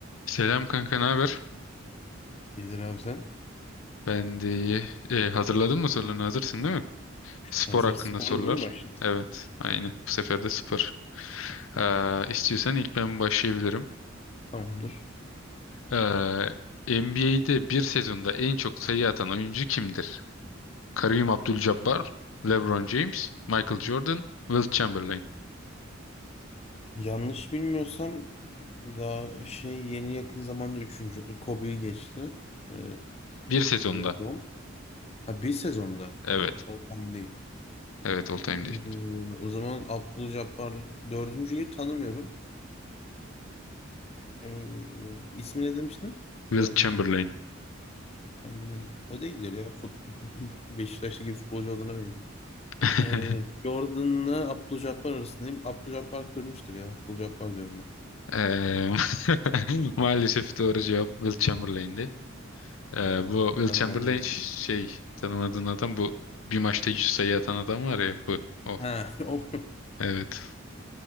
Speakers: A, on the left (about 80°); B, on the left (about 30°).
A: Selam kanka, ne haber?
B: İzir abi sen
A: Ben de iyi. Ee, hazırladın mı sorularını? Hazırsın değil mi? Spor
B: hazır
A: hakkında
B: Orada
A: sorular.
B: değil mi başlıyoruz?
A: Evet, aynı. Bu sefer de spor.
B: Tamam.
A: Ee, istiyorsan ilk ben başlayabilirim.
B: Tamamdır.
A: Ee, NBA'de bir sezonda en çok sayı atan oyuncu kimdir? Kareem Abdul-Jabbar, LeBron James, Michael Jordan, Wilt Chamberlain.
B: Yanlış bilmiyorsam daha şey yeni yakın zamanda üçüncü Kobe'yi geçti. Ee,
A: Bir sezonda.
B: LeBron. Ha bir sezonda.
A: Evet.
B: O time değil.
A: Evet, all time değil.
B: Hmm, O zaman Abdülcabbar dördüncüyü tanımıyorum. Ee, ismi ne demiştin?
A: Wilt
B: Dördüncü
A: Chamberlain.
B: Chamberlain. O değildir ya. Fut <laughs> Beşiktaş'taki futbolcu adına benziyor.
A: <laughs>
B: Ee, Jordan'la Abdülcabbar arasındayım. Abdülcabbar kırmıştır ya. Abdülcabbar diyorum
A: Ee, <laughs> maalesef doğru cevap Wilt Chamberlain'di. Ee,
B: Ha,
A: bu Will
B: tanımadım.
A: Chamberlain ş- şey tanımadığın adam bu bir maçta 100 sayı atan adam var ya bu o.
B: Ha, <laughs> o-
A: Evet